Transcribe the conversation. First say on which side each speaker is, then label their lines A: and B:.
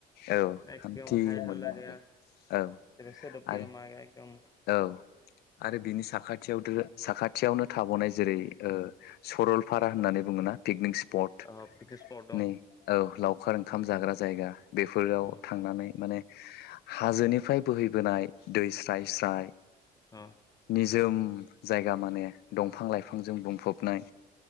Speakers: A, on the left (about 70°); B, on the left (about 20°).
A: औ
B: एकदम
A: हान्थि
B: हाय
A: मोनो
B: हालला
A: आरो
B: गैया। जेबो
A: औ
B: सोदोब
A: आरो
B: गैया मा गैया एदम
A: औ। आरो बिनि साखाथियाव <unintelligible> साखाथियावनो थाबावनाय जेरै ओ सरलफारा होननानै बुं ङो ना पिकनिक स्फत
B: अ पिकनिक स्पट दं
A: नै औ लावखार ओं खाम जाग्रा जायगा बेफोराव
B: अ
A: थांनानै माने हाजोनिफ्राय बोहैबोनाय दै स्राय स्राय
B: अ
A: निजोम जायगा माने दंफां लाइफांजों बुंफबनाय